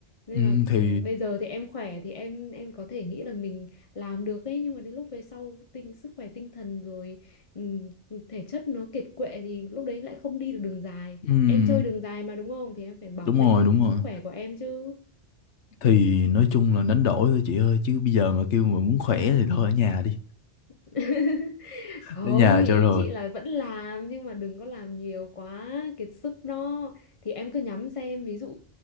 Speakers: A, on the left (about 30°); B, on the left (about 75°).
A: nên
B: Ừm,
A: là
B: thì
A: ừ, bây giờ thì em khỏe thì em em có thể nghĩ là mình làm được ấy nhưng mà đến lúc về sau tinh sức khỏe tinh thần rồi ừm, thể chất nó kiệt quệ thì lúc đấy lại không đi được đường dài
B: ừm,
A: em chơi đường dài mà đúng không thì em phải bảo
B: đúng
A: vệ
B: rồi đúng rồi
A: sức khỏe của em chứ
B: thì nói chung là đánh đổi thôi chị ơi chứ bây giờ mà kêu mà muốn khỏe thì thôi ở nhà đi
A: <laughs> Không,
B: ở nhà
A: ý
B: cho rồi
A: chị là vẫn làm nhưng mà đừng có làm nhiều quá kiệt sức đó. Thì em cứ nhắm xem ví dụ